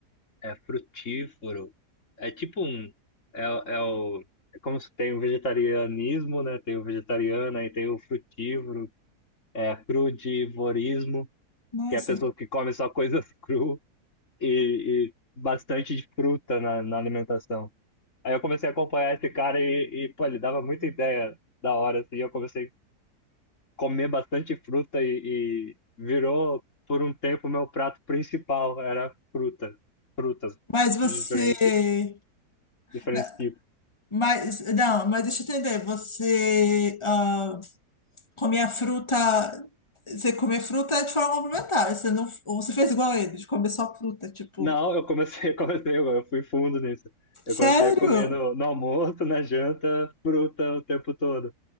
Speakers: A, on the left; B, on the left.
A: é frutífero. É tipo um. É, é o. É como se tem o vegetarianismo, né? Tem o vegetariano, aí tem o frutívoro, é crudivorismo,
B: nossa.
A: que é a pessoa que come só coisas <laughs> cru e, e bastante de fruta na, na alimentação. Aí eu comecei a acompanhar esse cara e, e, pô, ele dava muita ideia da hora, assim. Eu comecei a comer bastante fruta e, e virou, por um tempo, meu prato principal era fruta, frutas
B: Mas você.
A: diferentes. Diferentes
B: na-
A: tipos.
B: Mas, não, mas deixa eu entender. Você ah, come a fruta. Você come a fruta de forma complementar. Você não, ou você fez igual a ele, de comer só fruta. Tipo,
A: Não, eu comecei, <laughs> eu comecei, eu fui fundo nisso. Eu
B: sério?
A: comecei a comer no, no almoço, na janta, fruta o tempo todo.